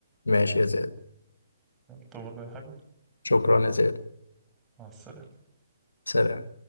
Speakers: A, on the left; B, on the right.
A: ماشي يا زياد
B: تمر بأي حاجة
A: شكرا يا زياد
B: مع السلامة
A: سلام